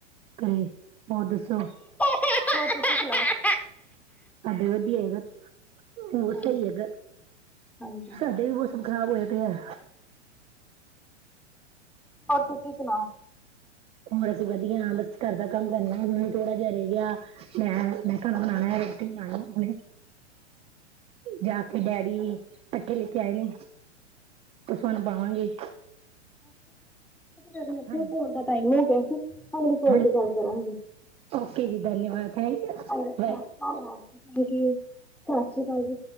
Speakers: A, on the right (about 20°); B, in the centre.
A: ਘਰੇ ਹੋਰ ਦੱਸੋ
B: <inaudible>
A: ਸਾਡੇ ਵਦੀਆ ਹੈਗਾ, ਹੋਰ
B: ਹਾਂਜੀ
A: ਸਈ ਹੈਗਾ।
B: ਹਾਂਜੀ
A: ਸਾਡੇ ਵੀ ਮੋਸਮ ਖ਼ਰਾਬ ਹੋਏ ਪੇਏ।
B: ਹੋਰ ਤੁਸੀ‌‌ ਸੁਨਾਓ
A: ਹੋਰ ਅਸੀ ਵਦੀਆ ਬਸ ਘਰ ਦਾ ਕਾੰਮ ਕਰਨਾ ਹੁਨ ਥੋੜਾ ਜਾ‌ ਰੇ ਗੇਆ। ਮੈਂ, ਮੈਂ ਘਰ ਬਨਾਵਾਂ, ਰੋਟੀ ਬਨਾਣੀ ਹੁਣੇ। ਜਾ ਕੇ ਡੈਡੀ, ਪੱਠੇ ਲੈਕੇ ਆਏ ਨੇ ਤੁਸਾਂ ਨੂੰ ਪਾਵਾਂਗੇ।
B: <unintelligible>
A: ਹਾਂਜੀ
B: ਫੋਨ ਦਾ ਟਾਈਮ ਹੋਗੇਆ ਸੀ, ਅਗਲੀ ਕੋਲ
A: ਹਾਂਜੀ
B: ਤੇ ਗੱਲ ਕਰਾਂਗੇ।
A: ਓਕੇ ਜੀ ਧੰਨਵਾਦ <unintelligible>
B: <unintelligible>
A: ਵਾਹਿਗੁਰੂ
B: ਸਾਸ਼੍ਰੀ ਕਾਲ ਜੀ।